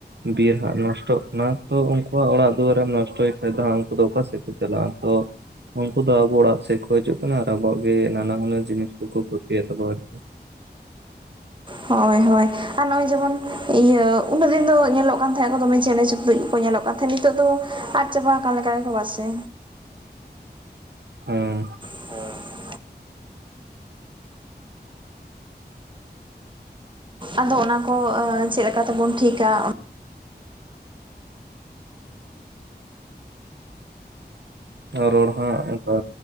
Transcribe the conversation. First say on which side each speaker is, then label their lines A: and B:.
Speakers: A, on the right (about 80°); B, on the right (about 30°).
A: ᱵᱤᱨ ᱦᱟᱸᱜ ᱱᱚᱥᱴᱚ ᱛᱚ ᱚᱱᱟ ᱛᱚ ᱩᱱᱠᱩᱣᱟᱜ ᱚᱲᱟᱜ ᱫᱩᱣᱟᱹᱨᱮᱢ ᱱᱚᱥᱴᱚᱭ ᱠᱷᱟᱡ ᱫᱚ ᱦᱟᱸᱜ ᱩᱱᱠᱩ ᱫᱚ ᱚᱠᱟ ᱥᱮᱫ ᱠᱚ ᱪᱟᱞᱟᱜᱼᱟ ᱛᱚ ᱩᱱᱠᱩ ᱫᱚ ᱟᱵᱚ ᱚᱲᱟᱜ ᱥᱮᱫ ᱠᱚ ᱦᱤᱡᱩᱜ ᱠᱟᱱᱟ ᱟᱨ ᱟᱵᱚᱣᱟᱜ ᱜᱮ ᱱᱟᱱᱟᱦᱩᱱᱟᱹᱨ ᱡᱤᱱᱤᱥ ᱠᱩᱠᱩ ᱠᱚ ᱠᱷᱚᱛᱤᱭᱮᱫ ᱛᱟᱵᱚ ᱟᱨᱠᱤ᱾
B: ᱦᱳᱭ ᱦᱳᱭ ᱟᱨ ᱱᱚᱜᱼᱚᱭ ᱡᱮᱢᱚᱱ ᱤᱭᱟᱹ ᱩᱱᱟᱹᱜ ᱫᱤᱱ ᱫᱚ ᱧᱮᱞᱚᱜ ᱠᱟᱱ ᱛᱟᱦᱮᱸᱫ ᱠᱚ ᱫᱚᱢᱮ ᱪᱮᱬᱮ ᱪᱩᱯᱲᱩᱡ ᱠᱚᱠᱚ ᱧᱮᱞᱚᱜ ᱠᱟᱱ ᱱᱤᱛᱚᱜ ᱫᱚ ᱟᱫ ᱪᱟᱵᱟ ᱦᱟᱠᱟᱱ ᱞᱮᱠᱟ ᱜᱮᱠᱚ ᱵᱟ ᱥᱮ?
A: ᱦᱩᱸ᱾
B: ᱦᱟᱸ ᱾ ᱟᱫᱚ ᱚᱱᱟ ᱠᱚ ᱚᱸ ᱪᱮᱫ ᱞᱮᱠᱟ ᱛᱮᱵᱚᱱ ᱴᱷᱤᱠᱼᱟ, ᱚ-
A: ᱨᱚᱲ ᱦᱟᱸᱜ ᱚᱸᱠᱟ᱾